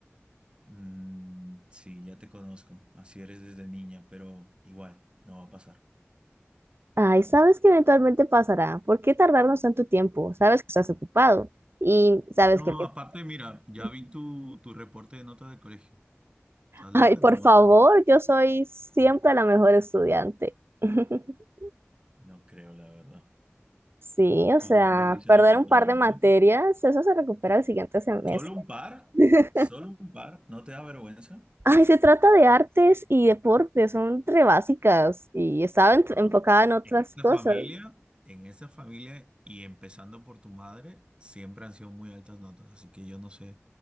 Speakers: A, on the right; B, on the right.
A: Mm, sí, ya te conozco. Así eres desde niña, pero igual, no va a pasar.
B: Ay, sabes que eventualmente pasará. ¿Por qué tardarnos tanto tiempo? Sabes que estás ocupado y sabes
A: No,
B: que te...
A: aparte, mira, ya
B: <laughs>
A: vi tu, tu reporte de notas del colegio. ¿Estás
B: Ay,
A: loca?
B: por
A: No, no
B: favor,
A: vas a ir.
B: yo soy siempre la mejor estudiante. <laughs>
A: No creo, la verdad.
B: Sí, o
A: Tus
B: sea,
A: notas dicen
B: perder
A: lo contrario,
B: un par de materias,
A: ¿eh?
B: eso se recupera el siguiente semestre.
A: ¿Solo un par?
B: <laughs>
A: ¿Solo un par? ¿No te da vergüenza?
B: Ay, se trata de artes y deportes, son re básicas y estaba en-
A: No.
B: enfocada en otras
A: En esta
B: cosas.
A: familia, en esta familia y empezando por tu madre, siempre han sido muy altas notas, así que yo no sé